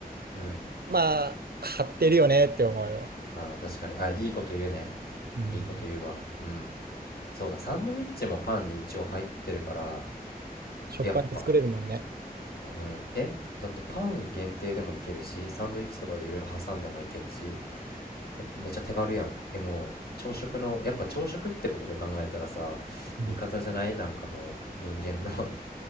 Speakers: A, on the left; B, on the right.
A: うん。
B: まあ、張ってるよねって思うよ。
A: ああ、確かに。あ、いいこと言うね。
B: うん。
A: いいこと言うわ。うん。そうだ、サンドイッチもパンに一応入ってるから、
B: 食パンで作れるもんね。
A: やっぱ、うん。えだってパン限定でもいけるし、サンドイッチとかでいろいろ挟んでもいけるし、えめっちゃ手軽やん。え、もう、朝食の、やっぱ朝食ってことで考えたらさ、
B: うん。
A: 味方じゃないなんかもう、人間の <laughs>